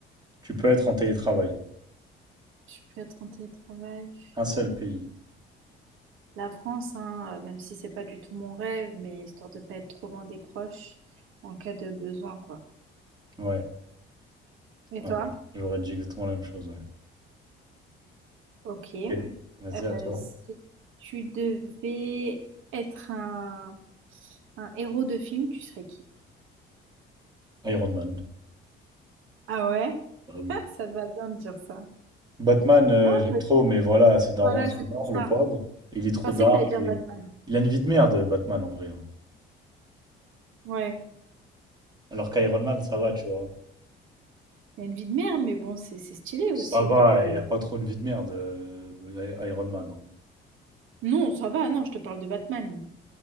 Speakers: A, on the right (about 20°); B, on the right (about 75°).
A: Tu peux être en télétravail.
B: Je peux être en télétravail.
A: Un seul pays.
B: La France, hein, euh, même si c'est pas du tout mon rêve, mais histoire de pas être trop loin des proches en cas de besoin, quoi.
A: Ouais,
B: Et
A: ouais,
B: toi?
A: ouais. J'aurais dit exactement la même chose, ouais.
B: Ok. Euh,
A: Ok. Vas-y, à toi.
B: si tu devais être un, un héros de film, tu serais qui?
A: Iron Man.
B: Ah ouais?
A: Bah oui.
B: <laughs> Ça te va bien de dire ça.
A: Batman, euh,
B: Ah,
A: j'aime
B: mais
A: trop, mais voilà, ses darons,
B: voilà,
A: ils sont
B: c'est
A: morts,
B: pour ça.
A: le pauvre. Il est trop
B: Je pensais
A: dark.
B: que t'allais dire
A: et-
B: Batman.
A: Il a une vie de merde, Batman, en vrai. hein.
B: Ouais.
A: Alors qu'Iron Man, ça va, tu vois.
B: Il y a une vie de merde, mais bon, c'est c'est stylé
A: Ça
B: aussi
A: va,
B: de...
A: il a pas trop une vie de merde, euh, I- Iron Man. hein.
B: Non, ça va, non, je te parle de Batman.